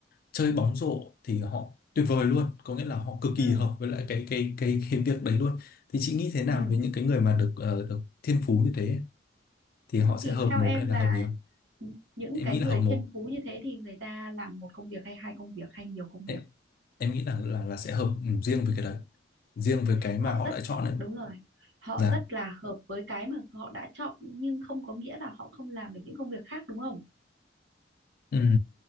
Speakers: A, on the left; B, on the right.
A: chơi bóng rổ thì họ tuyệt vời luôn, có nghĩa là họ cực
B: ừ
A: kỳ hợp với lại cái cái cái cái việc đấy luôn. Thì chị nghĩ thế nào
B: ừ
A: với những cái người mà được ờ, được thiên phú như thế thì họ sẽ
B: thì
A: hợp
B: theo
A: một
B: em
A: hay là
B: là
A: hợp nhiều?
B: những
A: Em
B: cái
A: nghĩ
B: người
A: là hợp một.
B: thiên phú như thế thì người ta làm một công việc hay hai công việc hay nhiều công
A: Em,
B: việc
A: em nghĩ là là là sẽ hợp ừ, riêng với cái đấy, riêng với cái
B: họ
A: mà họ
B: rất
A: đã chọn đấy.
B: đúng rồi họ
A: Dạ.
B: rất là hợp với cái mà họ đã chọn nhưng không có nghĩa là họ không làm được những công việc khác đúng không
A: Ừ.